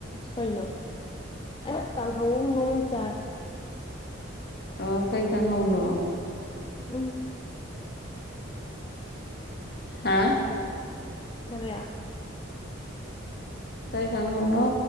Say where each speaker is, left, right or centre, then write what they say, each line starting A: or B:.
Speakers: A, on the left (about 25°); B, on the left (about 55°).
A: ꯀꯩꯅꯣ ꯑꯩꯅ ꯀꯥꯡꯍꯧ ꯑꯃ ꯉꯧꯔ ꯆꯥꯔꯦ
B: ꯑꯣ ꯀꯩ ꯀꯥꯡꯍꯧꯅꯣ
A: ꯎꯝ
B: ꯍꯥ
A: ꯀꯔꯤ
B: ꯀꯩ ꯀꯥꯡꯍꯧꯅꯣ